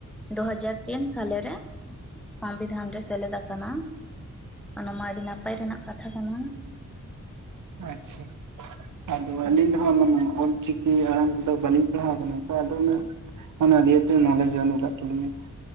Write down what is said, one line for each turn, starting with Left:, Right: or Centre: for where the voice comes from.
Centre: ᱫᱩ ᱦᱟᱡᱟᱨ ᱛᱤᱱ ᱥᱟᱞᱮᱨᱮ ᱥᱚᱝᱵᱤᱫᱷᱟᱱ ᱨᱮ ᱥᱮᱞᱮᱫ ᱟᱠᱟᱱᱟ ᱚᱱᱟᱢᱟ ᱟᱹᱰᱤ ᱱᱟᱯᱟᱭ ᱨᱮᱱᱟᱜ ᱠᱟᱛᱷᱟ ᱠᱟᱱᱟ
Right: ᱟᱪᱪᱷᱟ ᱟᱫᱚ
Centre: ᱦᱳᱭ
Right: ᱟᱹᱞᱤᱧ ᱫᱚ ᱦᱟᱜ ᱢᱟᱱᱮ ᱚᱞᱪᱤᱠᱤ ᱪᱤᱠᱤ ᱟᱲᱟᱝ ᱛᱮᱫᱚ ᱵᱟᱹᱞᱤᱧ ᱯᱟᱲᱦᱟᱣ ᱟᱠᱟᱱᱟ ᱛᱚ ᱟᱫᱚ ᱩᱱᱟᱹᱜ ᱚᱱᱟ ᱫᱤᱭᱛᱮ ᱱᱚᱞᱮᱡᱽ ᱵᱟᱹᱱᱩᱜ ᱠᱟᱜ ᱛᱟᱹᱞᱤᱧᱟ